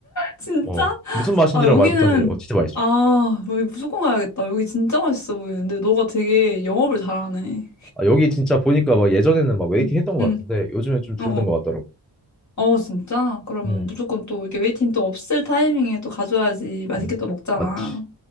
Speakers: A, on the left; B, in the centre.
A: 진짜?
B: 어 무슨 맛인지라
A: 아, 여기는,
B: 말 못하는데 어 진짜 맛있어.
A: 아, 여기 무조건 가야겠다. 여기 진짜 맛있어 보이는데, 너가 되게 영업을 잘하네.
B: 아, 여기 진짜 보니까 막 예전에는 막 웨이팅
A: 응
B: 했던 것
A: 응
B: 같은데 요즘에 좀 줄어든
A: 어, 어.
B: 것 같더라고.
A: 어, 진짜? 그러면
B: 음,
A: 무조건 또 이렇게 웨이팅 또 없을 타이밍에 또 가줘야지 맛있게
B: 음,
A: 또 먹잖아.
B: 맞지.